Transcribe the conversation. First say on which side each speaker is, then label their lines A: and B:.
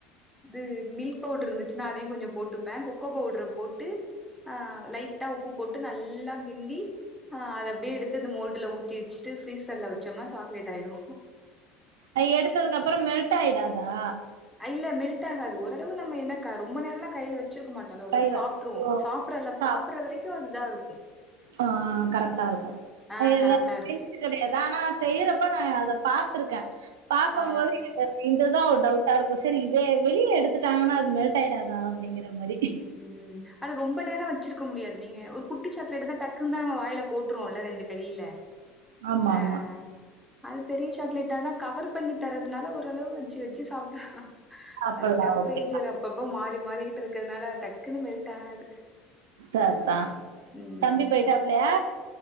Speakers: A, in the centre; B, on the right.
A: இது மில்க் பவுடர் இருந்துச்சுனா அதையு கொஞ்ச போட்டுப்ப கொக்கோ பவுடர போட்டு ஆ லைட்டா உப்பு போட்டு நல்லா கிண்டி ஆ அத அப்டியே எடுத்து அந்த மோல்டுல ஊத்தி வச்சுட்டு ஃப்ரீசர்ல வச்சோம்னா சாக்லேட் ஆயிடு
B: அ எடுத்ததுக்கு அப்புற மெல்ட் ஆயிடாதா
A: இல்ல மெல்ட் ஆகாது ஓரளவு நம்ம என்னக் க ரொம்ப நேரோலா கைல வச்சிருக்க மாட் அத ஒரளவு
B: கைல
A: சாப்ட்ருவோ
B: ஓ
A: சாப்டறல சாப்பற
B: சாப்
A: வரைக்கு அது இதா இருக்கு
B: ஆ கரெட்டா இருக்கு
A: ஆ கரெக்டா
B: அ
A: இருக்கு
B: கெடையாது ஆனா செய்யறப்ப நா அத பாத்திருக்கே பாக்கும்
A: ஆ
B: போது எனக்கு அ இதுதா ஒரு டவுட்டா இருக்கு சேரி வெ வெளிய எடுத்துட்டாங்கன்னா அது மெல்ட் ஆயிடாதா அப்டிங்கிற மாரி
A: ம் ஆனா ரொம்ப நேர வச்சிருக்க முடியாது நீங்க ஒரு குட்டி சாக்லேட் தா டக்குன்னு தா நம்ம வாய்ல போட்ருவோல ரெண்டு கடியில
B: ஆமா
A: ஆ
B: ஆமா
A: அது பெரிய சாக்லேட் ஆனா கவர் பண்ணி தரதுனால ஓரளவு வச்சு வச்சு சாப்
B: சாப்பல்லா
A: அது டெம்பரேச்சர்
B: ஓகே
A: அப்பப்ப மாறி மாறிக்கிட்டு இருக்கிறனால டக்குன்னு மெல்ட் ஆகாது
B: சர்தா
A: ம்
B: தம்பி போயிட்டாப்புலையா